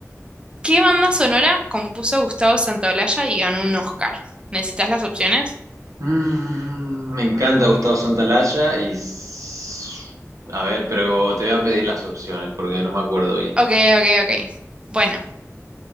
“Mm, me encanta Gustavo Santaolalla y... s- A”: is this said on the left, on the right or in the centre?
Right